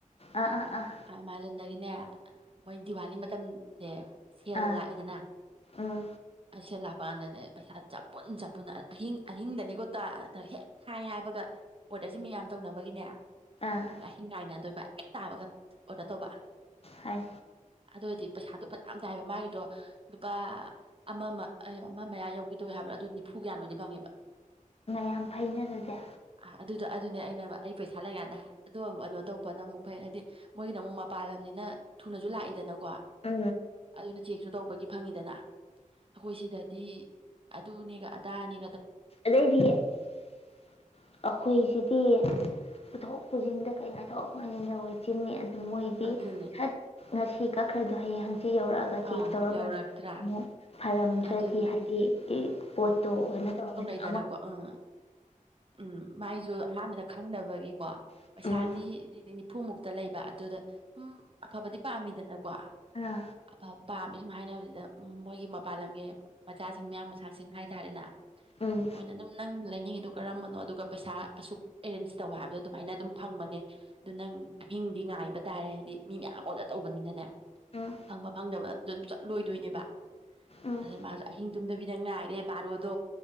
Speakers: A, on the left (about 45°); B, on the right (about 40°).
A: ꯑꯥ ꯑꯥ ꯑꯥ
B: ꯑꯃꯥꯖꯣꯟꯗꯒꯤꯅꯦ ꯃꯣꯏ ꯗꯤꯋꯥꯂꯤ ꯃꯇꯝꯁꯦ ꯁꯦꯜ
A: ꯑꯥ
B: ꯂꯥꯛꯏꯗꯅ
A: ꯎꯝ
B: ꯑꯩꯩꯁꯦ ꯂꯥꯛꯄꯗꯅꯦ ꯄꯩꯁꯥ ꯖ ꯄꯨꯟ ꯆ ꯑꯗꯨꯅ ꯑꯍꯤꯡ ꯑꯍꯤꯡꯗꯅꯤꯀꯣ ꯇꯥ ꯍꯦꯛ ꯊꯥꯏ ꯍꯥꯏꯕꯒ ꯑꯣꯔꯗꯔꯁꯤ ꯃꯤꯌꯥꯝ ꯇꯧꯅꯕꯒꯤꯅꯦ
A: ꯑꯥ
B: ꯄꯨꯡ ꯑꯍꯤꯡ ꯉꯥꯏꯅꯗꯣꯏꯕ ꯍꯦꯛ ꯇꯥꯕꯒ ꯑꯣꯔꯗꯔ ꯇꯧꯕ
A: ꯍꯥꯏ
B: ꯑꯗꯨ ꯑꯣꯏꯔꯗꯤ ꯄꯩꯁꯥꯗꯨꯣ ꯐꯖ ꯌꯥꯝ ꯇꯥꯏꯕ ꯃꯥꯒꯤꯗꯣ ꯂꯨꯄꯥ ꯑꯃꯃ ꯑꯃ ꯃꯌꯥ ꯌꯧꯈꯤꯗꯧꯋꯦ ꯍꯥꯏꯕ꯭ꯔꯥ ꯑꯗꯨ ꯍꯨꯝꯐꯨ ꯀꯌꯥꯅꯣꯗꯤ ꯐꯪꯉꯦꯕ
A: ꯌꯥꯝ ꯐꯩꯅ ꯑꯗꯨꯗꯤ
B: ꯑ, ꯑꯗꯨꯗꯣ ꯑꯗꯨꯅꯦ ꯑꯩꯅ ꯑꯩ ꯄꯩꯁꯥ ꯂꯩꯀꯥꯟꯗ ꯑꯣ ꯀꯩꯅꯣ ꯇꯧꯕꯅ ꯑꯃꯨꯛ ꯐꯩ ꯍꯥꯏꯗꯤ ꯃꯣꯏꯒꯤꯅ ꯑꯃꯨꯛ ꯃꯄꯥꯟꯂꯝꯅꯤꯅ ꯊꯨꯅꯁꯨ ꯂꯥꯛꯏꯗꯅꯀꯣ
A: ꯑ
B: ꯑꯗꯨꯅ ꯆꯦꯛꯁꯨ ꯇꯧꯕꯒꯤ ꯐꯪꯉꯤꯗꯅ ꯑꯩꯈꯣꯏ ꯁꯤꯗꯗꯤ ꯑꯗꯨꯅꯦꯒ ꯇꯅꯤ
A: ꯑꯗꯩꯗꯤ ꯑꯩꯈꯣꯏꯁꯤꯗꯤ ꯄꯨꯊꯣꯛ ꯄꯨꯁꯤꯟꯗ ꯀꯩ ꯍꯥꯏꯇ ꯗ ꯍꯣꯏ ꯆꯤꯟꯅꯤ ꯑꯗꯨ ꯃꯣꯏꯗꯤꯠ
B: ꯑꯗꯨꯅꯦ
A: ꯉꯁꯤ ꯀꯛꯈ꯭ꯔꯗꯣ ꯍꯌꯦ ꯍꯪꯦ ꯁꯤ ꯌꯧꯔꯛꯑꯒ ꯀꯦꯛ
B: ꯑꯥ
A: ꯇꯧꯔꯒ
B: ꯌꯧꯔꯛꯇ꯭ꯔꯥ
A: ꯑꯃꯨꯛ ꯐꯔꯝꯗ꯭ꯔꯗꯤ
B: ꯑꯗꯨꯅꯦ
A: ꯍꯥꯏꯗꯤ ꯄꯣꯠꯇꯣ ꯑꯅ ꯆꯥꯎꯧꯦ
B: ꯗꯅꯀꯣ ꯎꯝ ꯎꯝ ꯃꯥꯏꯁꯨ ꯑꯍꯥꯟꯕꯗ ꯈꯪꯗꯕꯒꯤ ꯀꯣ
A: ꯎꯝ
B: ꯄꯩꯁꯥꯗꯤ ꯅꯤꯐꯨꯃꯨꯛꯇ ꯂꯩꯕ ꯑꯗꯨꯗ ꯁꯨꯝ ꯑꯐꯕꯗꯤ ꯄꯥꯝꯃꯤꯗꯅꯀꯣ
A: ꯑꯥ
B: ꯑꯐꯕ ꯄꯥꯝꯃꯤ ꯁꯨꯝ ꯍꯥꯏꯅꯕꯁꯤꯗ ꯃꯣꯏꯒꯤ ꯃꯄꯥꯥꯟ ꯂꯝꯒꯤ ꯃꯆꯥꯁꯤꯡ ꯃꯌꯥꯝ ꯃꯁꯆꯥꯁꯤꯡ ꯍꯥꯏ ꯀꯝꯕꯅꯣ
A: ꯎꯝ
B: ꯑꯕꯔꯦ ꯃꯌꯥꯝ ꯑꯣꯗ ꯇꯧꯕꯅꯤꯅ ꯐ ꯐꯪꯕ
A: ꯎꯝ
B: ꯑꯗꯨ
A: ꯎꯝ
B: ꯑ ꯕꯥꯔꯣꯗꯣ